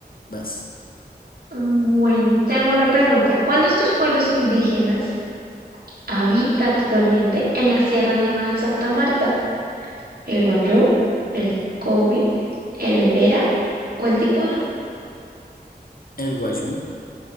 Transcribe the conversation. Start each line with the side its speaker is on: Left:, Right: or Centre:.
Left: Vas.
Right: Bueno, te hago una pregunta. ¿Cuál de estos pueblos indígenas habita actualmente en la Sierra Nevada de Santa Marta? ¿El Guayú, el Cowi, el Embera o el Ticuna?
Left: El Guayú.